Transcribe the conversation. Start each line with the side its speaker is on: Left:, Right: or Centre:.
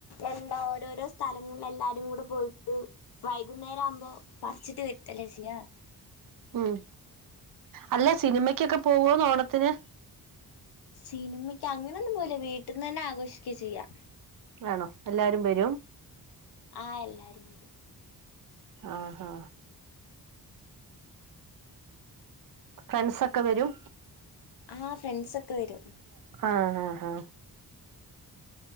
Left: എന്താ ഓരോരോ സ്ഥലങ്ങളില് എല്ലാരും കൂടെ പോയിട്ട് വൈകുന്നേരം ആവുമ്പോ പറിച്ചിട്ട് വരുത്തല്ലേ ചെയ്യാ
Right: ഉം അല്ല സിനിമക്കൊക്കെ പോവോന്ന് ഓണത്തിന്
Left: സിനിമയ്ക്ക് അങ്ങനൊന്നും പോവൂല വീട്ടിന്ന് തന്നെ ആഘോഷിക്ക്യാ ചെയ്യാ
Right: ആണോ എല്ലാരും വരും
Left: ആ എല്ലാരും വരും
Right: ആ ആ ഫ്രണ്ട്സൊക്കെ വരും
Left: ആ ഫ്രണ്ട്സ് ഒക്കെ വരും
Right: ആ ഹാ ഹാ